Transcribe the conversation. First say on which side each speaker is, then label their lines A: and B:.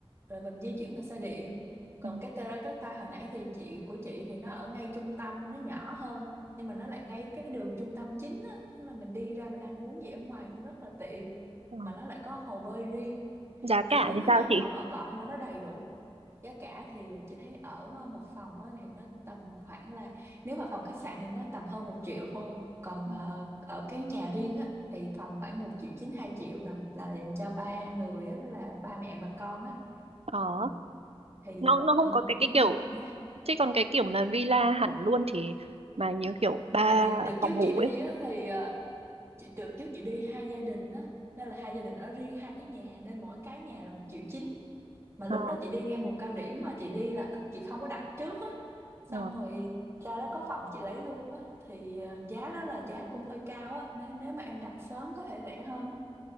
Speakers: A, on the right; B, on the right.
A: rồi mình di chuyển bằng xe điện còn
B: Ừ.
A: cái Terracotta hồi nãy thì chị của chị thì nó ở ngay trung tâm nó nhỏ hơn nhưng mà nó lại ngay cái đường trung tâm chính á tức là mình đi ra mình ăn uống gì ở ngoài cũng rất là tiện
B: Ờ.
A: mà nó lại có hồ bơi riêng
B: Giá
A: kiểu
B: cả
A: như nó
B: thì sao
A: nhỏ nhỏ
B: chị?
A: gọn gọn nhưng mà nó đầy đủ giá cả thì chị thấy ở một phòng á thì nó tầm khoảng là nếu mà phòng khách sạn thì nó tầm hơn một triệu thôi còn
B: Ừ.
A: ờ, ở cái nhà riêng á thì phòng khoảng một triệu chín hai triệu là là dành cho ba người á là ba mẹ và con á
B: Ờ,
A: ừ, thì
B: nó nó
A: ừ
B: không có cái cái
A: đúng
B: kiểu
A: rồi giá
B: chứ còn cái kiểu mà villa hẳn luôn thì mà những kiểu ba
A: tại vì đợt trước
B: phòng ngủ
A: chị đi
B: ấy.
A: á thì ờ, chị, đợt trước chị đi hai gia đình á nên là hai gia đình ở riêng hai cái nhà nên mỗi cái nhà là một triệu chín mà
B: Ờ,
A: lúc đó chị đi ngay mùa cao điểm mà chị đi là chị không có đặt trước á xong
B: ờ.
A: rồi ra đó có phòng chị lấy luôn á thì ờ, giá đó là giá cũng hơi cao á nếu nếu mà em đặt sớm có thể rẻ hơn á